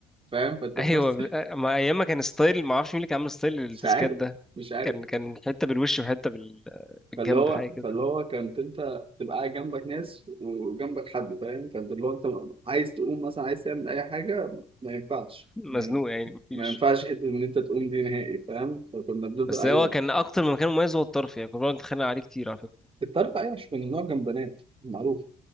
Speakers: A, on the right; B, in the centre.
A: فاهم فانت
B: ايوه
A: في نفس
B: ب-
A: <laughs>
B: ما ايام ما كان ستايل ما اعرفش مين اللي كان عامل ستايل التسكات
A: مش عارف
B: ده
A: مش عارف
B: كان كان حته بالوش وحته بال... بالجنب
A: فاللي هو
B: حاجه كده
A: فاللي هو كنت انت تبقى قاعد جنبك ناس وجنبك حد فاهم فانت اللي هو انت عايز تقوم مثلا عايز تعمل اي حاجه ما ينفعش
B: مزنوق
A: يعني
B: يعني مفيش
A: ما ينفعش حته ان انت تقوم دي نهائي فاهم فكنا بنفضل
B: بس
A: ايوه
B: هو كان اكتر من مكان مميز هو الطرف يعني كنا بنقعد نتخانق عليه كتير على فكره
A: كنت عارف ايوه مش كنا بنقعد جنب بنات معروف